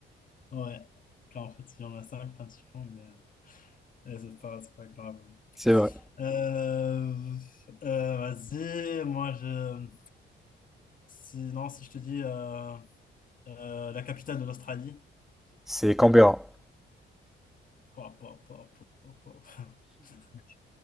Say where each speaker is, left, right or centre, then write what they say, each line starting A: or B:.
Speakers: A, on the left; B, in the centre.
A: Ouais. Car en fait, il y en a 5 principaux, mais euh, c'est pas, c'est pas grave.
B: C'est vrai.
A: Euh, euh, vas-y, moi, je. Sinon, si je te dis. euh, Euh, la capitale de l'Australie.
B: C'est Canberra.
A: Pa, pa, pa, pa, pa, pa. <laughs>